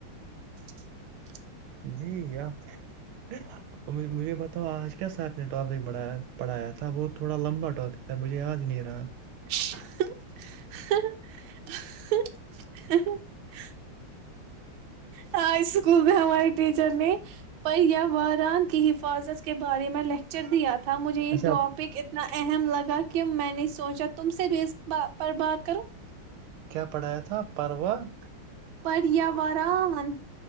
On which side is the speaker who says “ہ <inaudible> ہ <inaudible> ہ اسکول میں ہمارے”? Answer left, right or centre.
Right